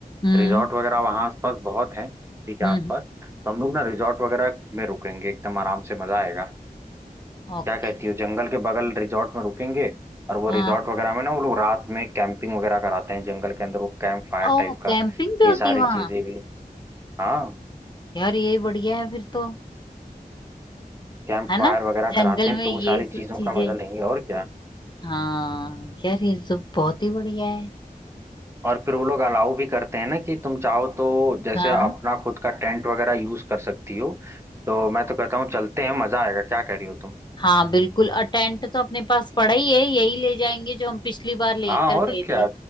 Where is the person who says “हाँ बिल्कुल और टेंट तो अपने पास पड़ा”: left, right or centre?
Left